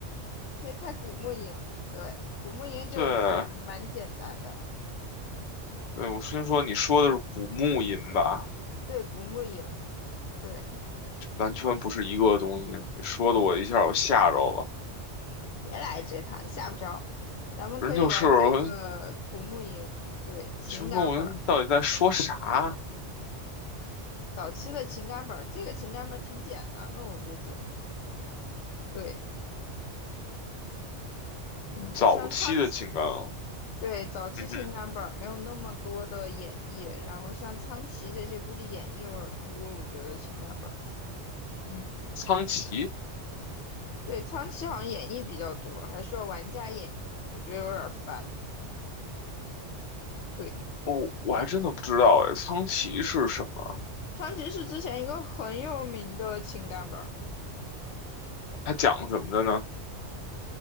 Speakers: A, on the left (about 75°); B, on the left (about 50°).
A: 可以开古墓营，对，古墓营就蛮蛮简单的，
B: 对，对，我先说你说的是古墓吟吧，
A: 对，古墓营，对，
B: 完全不是一个东西，你说的我一下我吓着了，
A: 别来这套，吓不着，咱们可以玩这个古墓营，
B: 人就是我，
A: 对，情感本儿，
B: 就说我到底在说啥？
A: 早期的情感本儿，这个情感本儿挺简单的，我估计，对。嗯，
B: 早期的情感。
A: 像苍
B: 啊？
A: 对，早期情感本儿没有那么多的演绎，
B: 嗯哼，
A: 然后像苍崎这些估计演绎有点儿多，我觉得情感本儿，嗯，
B: 苍崎，
A: 对，苍崎好像演绎比较多，还需要玩家演绎，我觉得有点儿烦。对，
B: 哦，我还真的不知道哎，苍崎是什么？
A: 苍崎是之前一个很有名的情感本儿，
B: 他讲什么的呢？